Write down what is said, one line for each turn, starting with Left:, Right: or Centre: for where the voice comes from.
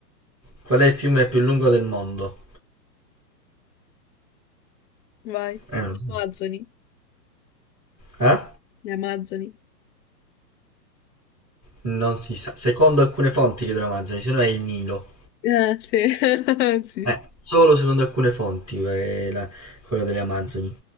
Centre: Qual è il fiume più lungo del mondo?
Left: Vai.
Centre: Eh, non lo so.
Left: Le Amazzoni,
Centre: Eh?
Left: le Amazzoni.
Centre: Non si sa. Secondo alcune fonti di Amazoni, se no è il Nilo.
Left: Eh, sì. <laughs> Sì.
Centre: Eh, solo secondo alcune fonti, eh, la- quello delle Amazzoni.